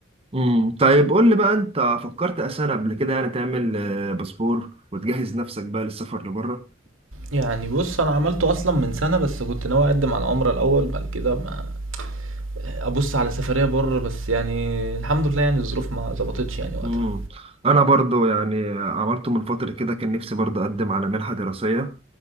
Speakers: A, on the right; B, on the right.
A: امم طيب قول لي بقى انت فكرت اساسا قبل كده يعني تعمل آه، باسبور وتجهز نفسك بقى للسفر لبره
B: يعني بُص، أنا عملته أصلًا من سَنة، بس كنت ناوي أقدّم على العُمرة الأول، بعد كده ما أبُص على سفرية برّه، بس يعني الحمد لله يعني الظروف ما ضبطتش يعني وقتها.
A: مم. انا برضو يعني عملته من فترة كده كان نفسي برضو اقدم على منحة دراسية